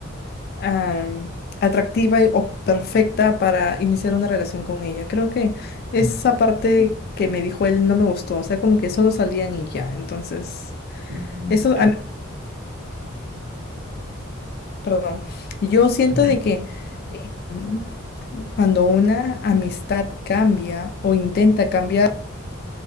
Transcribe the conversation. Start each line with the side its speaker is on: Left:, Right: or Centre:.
Left: am, atractiva y- o perfecta para iniciar una relación con ella. Creo que esa
Right: Ujú.
Left: parte que me dijo él no me gustó, o sea, como que solo salían y ya, entonces
Right: Mm,
Left: eso
Right: entiendo.
Left: a mí Perdón. Yo siento
Right: Ujú,
Left: de que eh, mm, cuando una amistad cambia o intenta cambiar